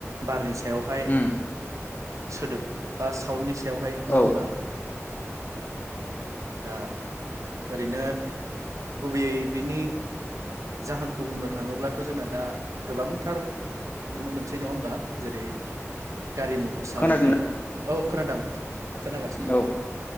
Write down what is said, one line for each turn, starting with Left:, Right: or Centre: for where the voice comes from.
Right: बारनि सा सायावहाय
Left: उम
Right: सोदोब बा साउन्डनि सायावहाय नङा
Left: औ
Right: होमबा ओ दा ओरैनो गुबैयै बिनि जाहोनखौ बुंनो थाङोब्लाथ' जोंना दा गोबांथार नुनो मोनसै नङा होमबा जेरै गारि मथर सालायनाय
Left: खोनादों
Right: औ खोनादों नोंथां खोनागासिनो दं
Left: औ